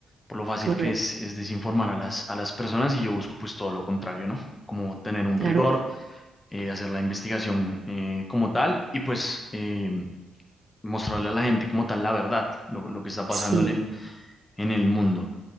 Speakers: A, on the left; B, on the right.
A: Por lo fácil
B: correcto.
A: que es, es desinformar a las, a las personas y yo busco pues todo lo contrario, ¿no? Como tener un
B: Claro,
A: rigor, eh, hacer la investigación eh, como tal y pues eh, mostrarle a la gente como tal la verdad, lo, lo que está pasando
B: sí.
A: en el, en el mundo.